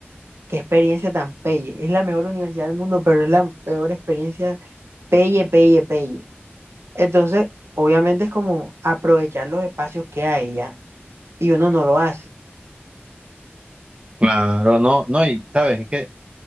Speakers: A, on the right (about 75°); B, on the right (about 25°).
A: qué experiencia tan pelle. Es la mejor universidad del mundo, pero es la peor experiencia pelle, pelle, pelle. Entonces, obviamente es como aprovechar los espacios que hay ya. Y uno no lo hace,
B: Claro, no, no, y sabes, es que